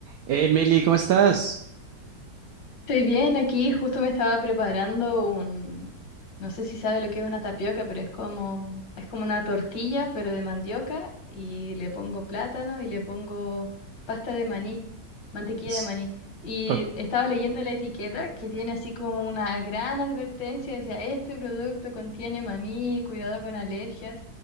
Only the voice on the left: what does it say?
Estoy bien aquí, justo me estaba preparando un, no sé si sabe lo que es una tapioca, pero es como, es como una tortilla, pero de mandioca, y le pongo plátano y le pongo pasta de maní, mantequilla
de maní. Y
estaba leyendo la etiqueta que tiene así como una gran advertencia, decía, este producto contiene maní, cuidado con alergias.